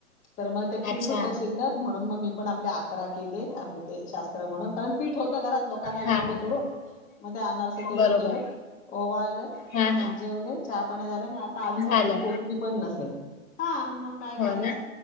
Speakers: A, on the left; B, on the left.
A: तर मग ते. पीठ
B: अच्छा
A: होत शिल्लक म्हणून मग मी. आपल्या अकरा केले आपले ते शात्र म्हणून कारण पीठ होतं. घरात लोकांना
B: हा
A: विकले
B: हा
A: करून, मग ते आनारस तेवढे
B: बरोबर
A: केले ओवाळल
B: हा हा
A: जेवले. चहा पानी झालं नाही. आता अजून
B: झालं
A: तर ती पोचली पण नसेल. हा. मग काय करायच,
B: हो ना